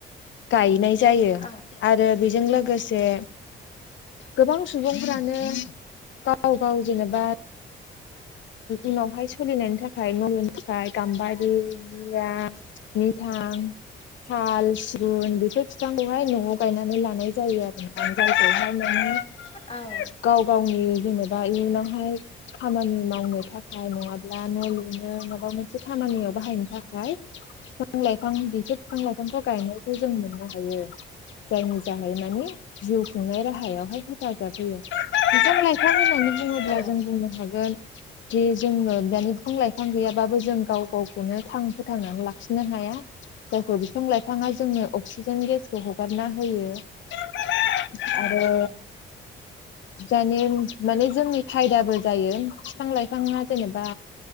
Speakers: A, on the left; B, on the left.
A: गायनाय जायो
B: औ
A: आरो बेजों लोगोसे गोबां सुबुंफ्रानो गाव-गाव जेनेबा उनावहाय सोलिनायनि थाखाय नलुनो थाखाय गाम्बारि जिया निथां साल सिगुन बेफोर फिफांखौहाय न'आव गायनानै लानाय जायो आरो <unintelligible>
B: <unintelligible> औ
A: गाव-गावनि जेनेबा इयुनावहाय खामानि मावनो थाखाय नङाब्ला न' लुनो माबा मोनसे खानियाव बाहायनो थाखाय <unintelligible> लाइफां बिफोर फिफां लाइफांखौ गायनायखौ जों मोननो हायो जायनि जाहै मानि जिउ खुंनाय राहायावहाय हेफाजाब होयो <unintelligible> बुङोब्ला
B: औ
A: जों बुंनो हागोन जे जोंनो दानि बिफां लाइफां गैयाबाबो जों गाव गावखौनो थां फोथांनानै लाखिनो हाया जायखौ बिफां लाइफाङा जोंनो अक्सिजेन गेसखौ हगारना होयो <unintelligible>
B: औ
A: आरो
B: नंगौ
A: दानि माने जोंनि फायदाबो जायो फिफां लाइफाङा जेनेबा